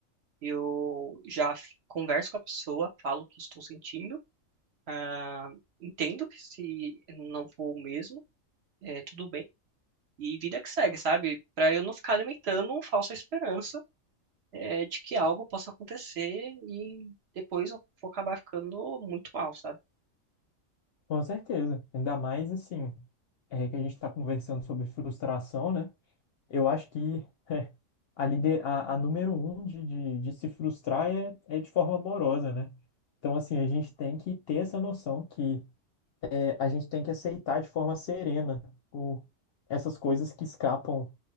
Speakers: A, on the right; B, on the left.
A: eu já f- converso com a pessoa, falo o que estou sentindo, ah, entendo que se não for o mesmo, é tudo bem E vida que segue, sabe? Pra eu não ficar alimentando uma falsa esperança é, de que algo possa acontecer e depois eu vou acabar ficando muito mal, sabe?
B: com certeza. Ainda mais assim, é que a gente está conversando sobre frustração, né? Eu acho que <laughs> é, a, lider- a, a número um de, de, de se frustrar é, é de forma amorosa, né? Então, assim, a gente tem que ter essa noção que é, a gente tem que aceitar de forma serena o, essas coisas que escapam